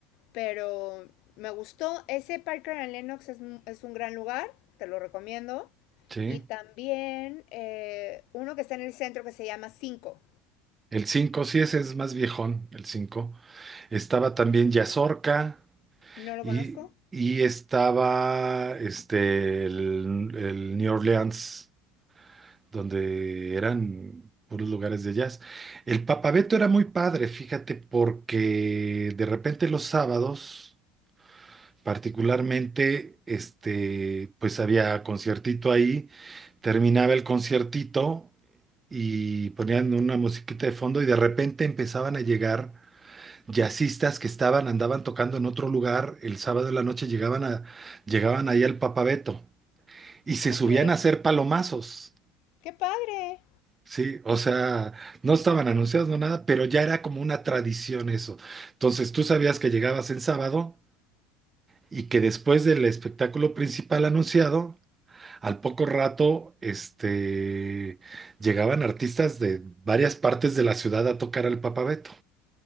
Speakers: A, on the left; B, on the right.
A: pero me gustó. Ese Parker and Lennox es, un- es un gran lugar, te lo recomiendo.
B: Sí,
A: Y también eh, uno que está en el centro que se llama Cinco.
B: el 5 sí, ese es más viejón, el cinco Estaba también Yazorca
A: ¿No lo
B: y,
A: conozco?
B: y estaba este, el, el New Orleans, donde eran puros lugares de jazz. El Papabeto era muy padre, fíjate, porque de repente los sábados, particularmente, este, pues había conciertito ahí terminaba el conciertito y ponían una musiquita de fondo y de repente empezaban a llegar jazzistas que estaban, andaban tocando en otro lugar, el sábado de la noche llegaban a, llegaban ahí al Papabeto y se
A: Ok.
B: subían a hacer palomazos.
A: ¡Qué padre!
B: Sí, o sea, no estaban anunciados, no nada, pero ya era como una tradición eso. Entonces tú sabías que llegabas en sábado y que después del espectáculo principal anunciado Al poco rato, este, llegaban artistas de varias partes de la ciudad a tocar al Papa Beto.